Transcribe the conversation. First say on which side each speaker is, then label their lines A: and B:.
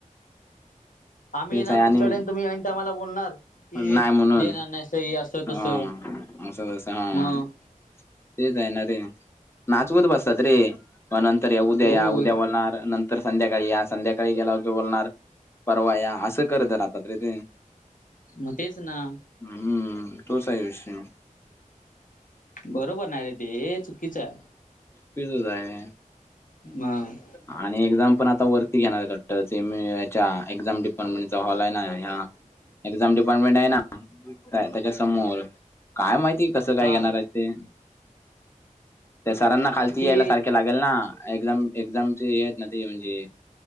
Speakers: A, on the left; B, on the left.
A: आम्ही
B: तेच
A: येणार
B: आहे आणि
A: तुमच्याकडे तुम्ही ऐन टाइमला बोलणार की
B: नाही म्हणून
A: देणार नाही सही असं तस
B: हा
A: स
B: असं तसं हा
A: मग
B: तेच आहे ना रे नाचवत बसतात रे म नंतर या उद्या
A: हो
B: या उद्या बोलणार नर तर संध्याकाळी या संध्याकाळी गेलावर बोलणार परवा या असं करत राहतात रे ते
A: मग तेच ना
B: हम्म तोच आहे विषय
A: बरोबर नाय रे ते हे चुकीचं आहे.
B: चुकीचंच आहे.
A: म
B: आणि एक्झाम पण आता वरती घेणार आहेत वाटतं सेमी याच्या एक्झाम डिपार्टमेंटचा हॉल आहे ना ह्या
A: ह
B: एक्झाम डिपार्टमेंट आहे ना त्याच्यासमोर काय माहिती कस काय
A: का
B: घेणार आहे ते सरांना खालती
A: ते
B: यायला सारखे लागेल ना एझाम एक्झामची हेेत ना ते म्हणजे